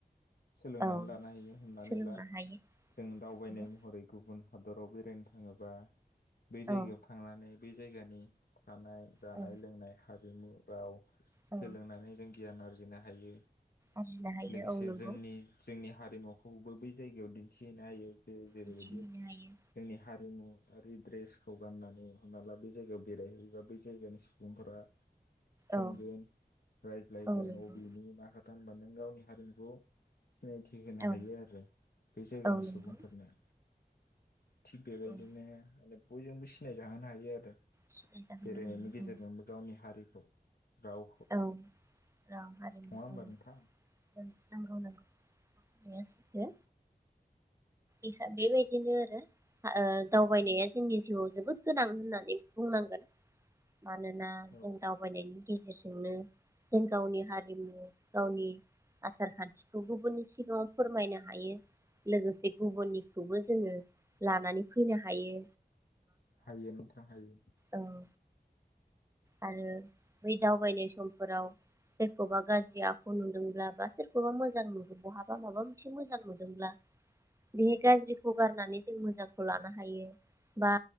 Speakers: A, on the left (about 75°); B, on the right (about 20°).
A: सोलोंनानै
B: औ
A: लानो हायो हमनानै
B: सोलोंनो
A: ला
B: हायो
A: जों दावबायनाय
B: नंगौ
A: महरै गुबुन हादराव बेरायनो थाङोबा बै जायगायाव
B: औ
A: थांनानै बे जायगानि थानाय जानाय
B: औ
A: लोंनाय हा रिमु, राव
B: औ
A: सोलोंनानै जों गियान आरजिनो हायो‌।
B: आरजिनो हायो
A: लोगोसे
B: औ नंगौ
A: जोंनि जोंनि हा हारिमुखौबो बै जायगायाव दिन्थिहैनो हायो। ओ जेरैबायदि
B: मिथिहोनो हायो
A: जोंनि हा हारिमुयारि द्रेसखौ गाननानै हमना ला बे जायगायाव बेरायहैयोबा बै जायगानि सुबुंफोरा सोंगोन
B: औ
A: रायज्लायगोन
B: औ नंगौ
A: अबिनि मा होनबा नों गावनि हारिमुखौ सिनायथि होनो
B: औ
A: हायो आरो बे जायगानि
B: औ नंगौ
A: सुबुंफोरनो। थिग बेबायदिनो
B: औ
A: बयजोंबो सिनायजाहोनो हायो आरो।
B: सिनाय जाहोनो
A: बेरायनायनि
B: हायो
A: गेजेरजोंबो
B: औ
A: गावनि हारि राव
B: औ राव हारिमु
A: होमबा नोंथां
B: नोंगौ नोंगौ। बे सैथो
A: औ
B: इसा बेबायदिनो। आरो ओ दावबायनाया
A: औ
B: जोंनि जिउआव जोबोद गोनां होननानै बुंनांगोन। मानोना
A: औ
B: जों दावबायनायनि गेजेरजोंनो जों गावनि हारिमु गावनि आसार खान्थिखौ गुबुननि सिगाङाव फोरमायनो हायो लोगोसे गुबुननिखौबो जोङो लानानै फैनो हायो।
A: हायो नोंथां हायो।
B: औ औ आरो बै दावबायनाय समफोराव सोरखौबा गाज्रि आखु नुदोंब्ला बा सोरखौबा मोजां नु बहाबा माबा मोनसे मोजां नुदोंब्ला बे गाज्रिखौ गारनानै जों मोजांखौ लानो हायो बा